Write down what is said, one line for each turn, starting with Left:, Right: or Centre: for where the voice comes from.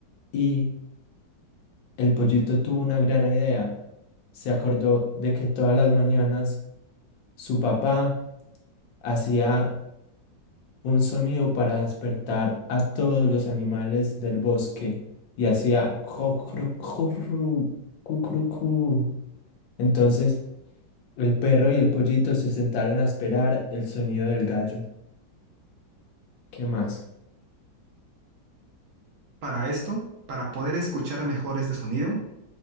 Left: y el pollito tuvo una gran idea. Se acordó de que todas las mañanas su papá hacía un sonido para despertar a todos los animales del bosque y hacía cocrocorru, cucrucú. Entonces el perro y el pollito se sentaron a esperar el sonido del gallo. ¿Qué más?
Right: Para esto, para poder escuchar mejor este sonido,